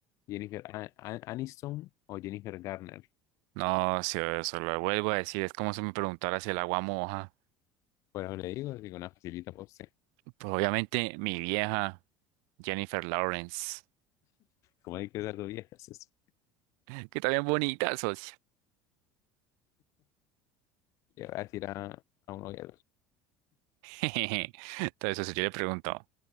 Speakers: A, on the left; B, on the right.
A: ¿Jennifer A- A- Aniston? ¿O Jennifer Garner?
B: No, si eso lo vuelvo a decir, es como si me preguntara si el agua moja.
A: Por eso le digo, digo una facilita por usted.
B: Pues obviamente mi vieja, Jennifer Lawrence,
A: Como hay que dar dos viejas, eso.
B: <laughs> que está bien bonita, socio.
A: Le voy a decir a, a uno de
B: <laughs> Entonces, socio, yo le pregunto.